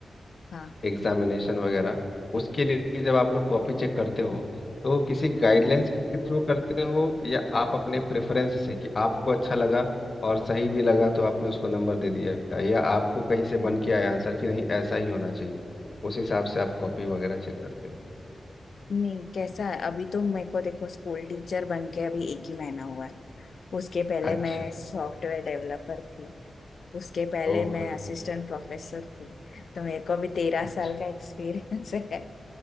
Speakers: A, on the left; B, on the left.
A: हाँ
B: एग्जामिनेशन वगैरह उसके लिए जब आप लोग कॉपी चेक करते हो तो किसी गाइडलाइंस के थ्रू करते हो या आप अपने प्रेफरेंस से कि आपको अच्छा लगा और सही भी लगा तो आपने उसको नंबर दे दिया या आपको कहीं से बन के आया आंसर कि नहीं ऐसा ही होना चाहिए उस हिसाब से आप कॉपी वगैरह चेक करते हो
A: नहीं कैसा है अभी तो मेरे को देखो स्कूल टीचर बन के अभी एक ही महीना हुआ है उसके पहले
B: अच्छा
A: मैं सॉफ्टवेयर डेवलपर थी उसके पहले
B: ओह
A: मैं असिस्टेंट प्रोफेसर थी तो मेरे को अभी तेरह
B: अच्छा
A: साल का एक्सपीरियंस है